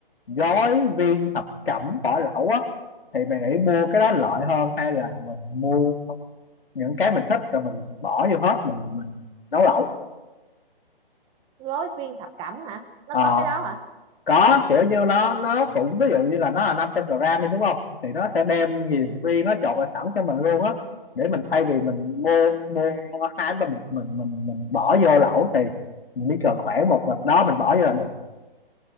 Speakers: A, on the left (about 75°); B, on the right (about 15°).
A: gói viên thập cẩm vỏ lẩu á thì mày nghĩ mua cái đó lợi hơn hay là mình mua những cái mình thích rồi mình bỏ vô hết mình mình nấu lẩu
B: gói viên thập cẩm hả nó
A: Ờ,
B: có cái đó hả
A: có kiểu như nó nó cũng ví dụ như là nó là 500 gram đi đúng không thì nó sẽ đem nhiều
B: ừ
A: riêng nó trộn vào sẵn cho mình luôn á để mình thay vì mình mua mua hai ba bịch mình mình mình bỏ vô lẩu thì mình chỉ cần khoảng một bịch đó mình bỏ vô là được